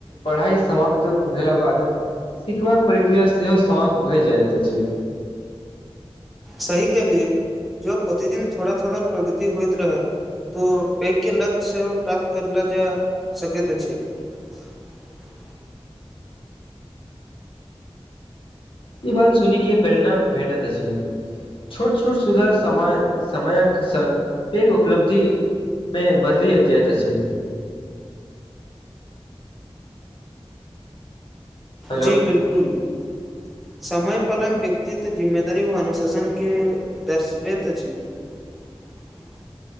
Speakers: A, on the left; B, in the centre.
A: पढ़ाई समाप्त भेला बाद सिखबाक प्रक्रिया सेहो समाप्त भए जाइत अछि। <unintelligible>
B: सही के लि जो प्रतिदिन थोड़ा थोड़ा प्रगति होइत रहत तो पैघ्य ल्त से प्राप्त कर ल जा सक छै। <unintelligible>
A: ई बात सुनी के प्रेरणा भेटैत अछि छोट -छोट सुधार समय -समयक सङग पैघ उपलब्धि मे बदलि जाइत अछि। <unintelligible> हेलो
B: जी बिलकुल। <unintelligible> समय पालन व्यक्तित्व जिम्मेदारी व अनुशासन के दर्शबैत अछि। <unintelligible>